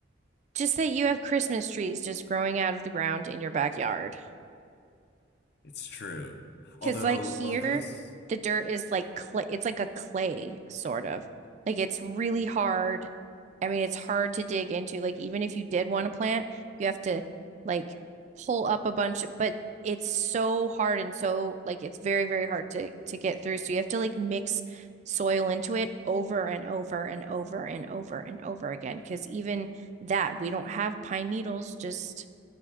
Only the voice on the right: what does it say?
Just that you have Christmas trees just growing out of the ground in your backyard.
Because like here,
the dirt is like clay. It's like a clay sort of. Like it's really hard. I mean, it's hard to dig into. Like even if you did want to plant, you have to like pull up a bunch, but it's so hard and so like it's very, very hard to to get through. So you have to like mix soil into it over and over and over and over and over again. Because even that, we don't have pine needles just